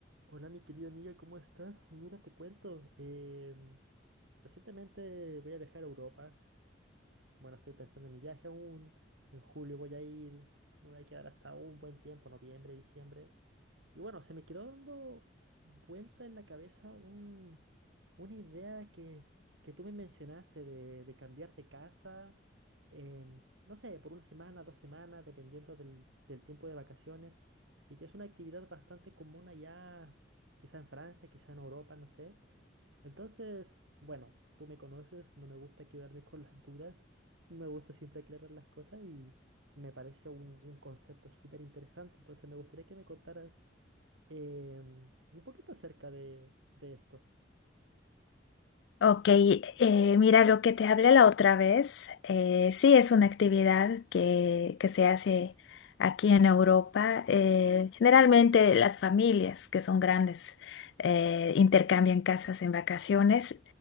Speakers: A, on the right; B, on the left.
A: Hola mi querida amiga, ¿cómo estás? Mira, te cuento, em, recientemente voy a viajar a Europa, bueno, estoy pensando en mi viaje aún. En julio voy a ir. Me voy a quedar hasta un buen tiempo, noviembre, diciembre. Y bueno, se me quedó dando vuelta en la cabeza un- una idea que, que tú me mencionaste de, de cambiar de casa, em, no sé, por una semana, dos semanas, dependiendo del, del tiempo de vacaciones, y que es una actividad bastante común allá, quizá en Francia, quizá en Europa, no sé. Entonces, bueno, tú me conoces, no me gusta quedarme con las dudas. Me gusta siempre aclarar las cosas y me parece un, un concepto súper interesante. Entonces me gustaría que me contaras em, un poquito acerca de, de esto.
B: Ok, eh, mira lo que te hablé la otra vez. eh, sí, es una actividad que, que se hace aquí en Europa. eh, generalmente las familias que son grandes eh, intercambian casas en vacaciones.